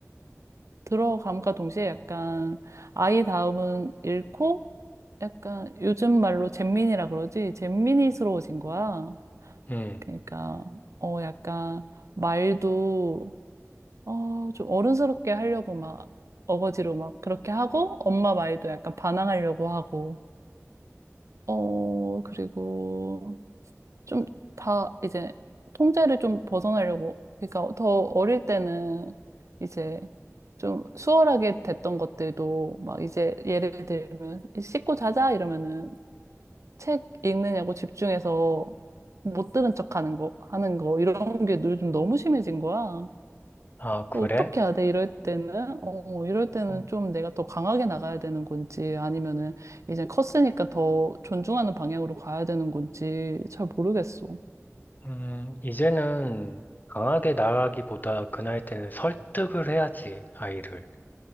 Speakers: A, on the right; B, on the left.
A: 들어감과 동시에 약간 아이 다음은 잃고 약간 요즘 말로 잼민이라 그러지. 잼민이스러워진 거야.
B: 음.
A: 그러니까, 어, 약간 말도 어, 좀 어른스럽게 하려고 막 어거지로 막 그렇게 하고 엄마 말도 약간 반항하려고 하고 어, 그리고 좀 다 이제 통제를 좀 벗어나려고 그러니까 더 어릴 때는 이제 좀 수월하게 됐던 것들도 막 이제 예를 들면 씻고 자자 이러면은 책 읽느냐고 집중해서 못 들은 척 하는 거 하는 거 이런 게 요즘 너무 심해진 거야.
B: 아, 그래?
A: 어떻게 해야 돼? 이럴 때는? 어, 이럴 때는
B: 어,
A: 좀 내가 더 강하게 나가야 되는 건지 아니면은 이제 컸으니까 더 존중하는 방향으로 가야 되는 건지 잘 모르겠어.
B: 음, 이제는 강하게 나가기보다 그 나이 때는 설득을 해야지, 아이를.